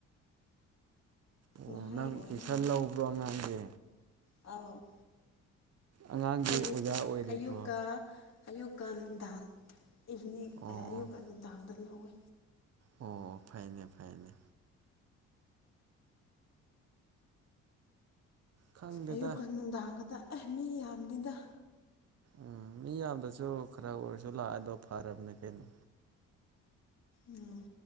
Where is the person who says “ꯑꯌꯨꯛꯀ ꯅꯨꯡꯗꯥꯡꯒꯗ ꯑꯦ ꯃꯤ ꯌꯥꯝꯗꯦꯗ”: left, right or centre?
Left